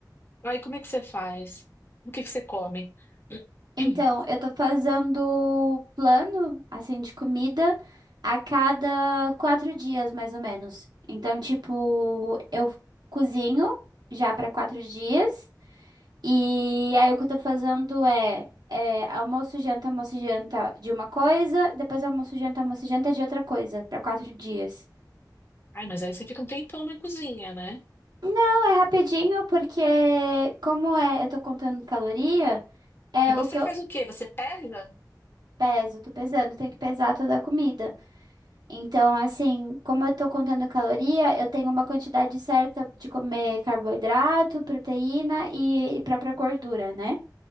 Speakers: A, on the left; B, on the right.
A: Aí como é que você faz? O que que você come? <clears throat>
B: Então, eu tô fazendo plano, assim, de comida a cada quatro dias, mais ou menos. Então, tipo, eu cozinho já para quatro dias. E aí, o que eu tô fazendo é, é almoço, janta, almoço, janta de uma coisa. Depois, almoço, janta, almoço, janta de outra coisa, para quatro dias.
A: Ai, mas aí você fica um tempão na cozinha, né?
B: Não é rapidinho, porque como é, eu tô contando caloria, é
A: E você
B: o que eu
A: faz o quê? Você pesa?
B: peso, tô pesando, tem que pesar toda a comida. Então, assim, como eu tô contando caloria, eu tenho uma quantidade certa de comer carboidrato, proteína e, e própria gordura, né?